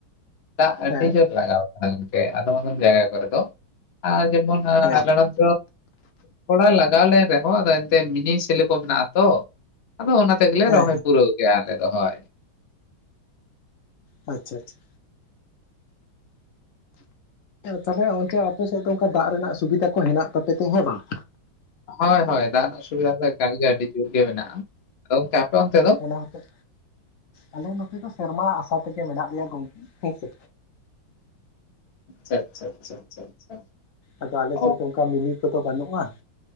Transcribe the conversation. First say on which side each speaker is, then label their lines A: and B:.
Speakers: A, on the left (about 75°); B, on the left (about 55°).
A: ᱫᱟᱜ ᱟᱹᱰᱤ
B: ᱦᱮᱸ
A: ᱡᱳᱨ ᱞᱟᱜᱟᱣ ᱟᱠᱟᱱᱟ ᱟᱫᱚᱢ ᱟᱫᱚᱢ ᱡᱟᱭᱜᱟ ᱠᱚ ᱨᱮ ᱫᱚ ᱟᱨ ᱡᱮᱢᱚᱱᱚ
B: ᱦᱮᱸ
A: ᱟᱞᱮ ᱨᱮᱱ ᱚ ᱛᱷᱚᱲᱟ ᱞᱟᱜᱟᱣ ᱞᱮᱱ ᱨᱮᱦᱚᱸ ᱟᱫᱚ ᱮᱱᱛᱮ ᱢᱤᱱᱤ ᱥᱤᱞᱳ ᱠᱚ ᱢᱮᱱᱟᱜ-ᱟ ᱛᱚ ᱟᱫᱚ ᱚᱱᱟ ᱛᱮᱜᱮ ᱞᱮ
B: ᱦᱮᱸ
A: ᱨᱚᱦᱚᱭ ᱯᱩᱨᱟᱹᱣ ᱜᱮᱭᱟ ᱟᱞᱮ ᱫᱚ ᱦᱳᱭ
B: ᱟᱪᱪᱷᱟ ᱟᱪᱪᱷᱟ ᱛᱟᱦᱚ ᱞᱮ ᱚᱱᱛᱮ ᱟᱯᱮ ᱥᱮᱫ ᱫᱚ ᱚᱱᱠᱟ ᱫᱟᱜ ᱨᱮᱱᱟᱜ ᱥᱩᱵᱤᱫᱟ ᱠᱚ ᱦᱮᱱᱟᱜ ᱛᱟᱯᱮ ᱛᱮ ᱦᱮᱸ ᱵᱟᱝ
A: ᱦᱳᱭ ᱦᱳᱭ ᱫᱟᱜ ᱨᱮᱱᱟᱜ ᱥᱩᱵᱤᱫᱷᱟ ᱫᱚ ᱮᱠᱟᱞ ᱜᱮ ᱟᱹᱰᱤ ᱡᱳᱨ ᱜᱮ ᱢᱮᱱᱟᱜᱼᱟ ᱟᱫᱚ ᱜᱚᱢᱠᱮ ᱟᱯᱮ ᱚᱱᱛᱮ ᱫᱚ
B: ᱚᱱᱟ ᱦᱚᱛᱮᱫ ᱟᱞᱮ ᱱᱚᱛᱮ ᱫᱚ ᱥᱮᱨᱢᱟ ᱟᱥᱟ ᱛᱮᱜᱮ ᱢᱮᱱᱟᱜ ᱞᱮᱭᱟ ᱜᱚᱝᱠᱮ ᱦᱮᱸ ᱥᱮ
A: ᱟᱪᱪᱷᱟ ᱟᱪᱪᱷᱟ ᱟᱪᱪᱷᱟ ᱟᱪᱪᱷᱟ ᱟᱪᱪᱷᱟ
B: ᱟᱫᱚ ᱟᱞᱮ
A: ᱚ
B: ᱥᱮᱫ ᱫᱚ ᱚᱱᱠᱟ ᱢᱤᱱᱤ ᱠᱚᱫᱚ ᱵᱟᱹᱱᱩᱜᱼᱟ